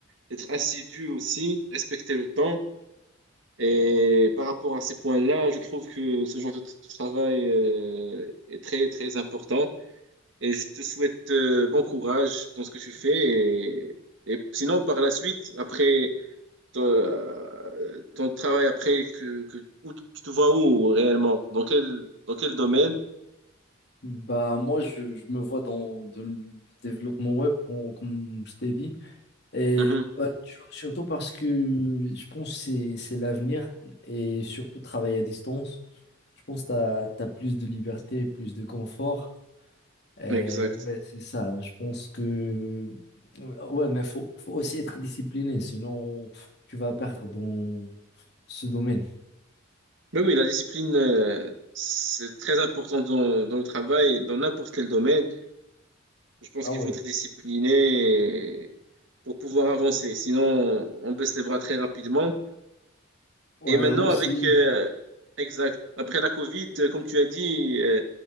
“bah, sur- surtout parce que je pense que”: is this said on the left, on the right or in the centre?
Left